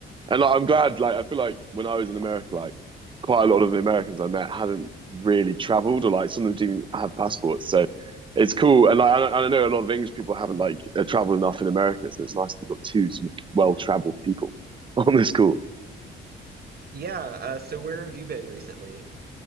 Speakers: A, on the right; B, on the right.
A: And like, I'm glad. Like, I feel like when I was in America, like quite a lot of the Americans I met hadn't really traveled, or like some of them didn't even have passports. So it's cool. And like, I, I know a lot of English people haven't like uh, traveled enough in America, so it's nice that we've got two sort of well-traveled people <laughs> on this call.
B: Yeah, uh, so where have you been recently?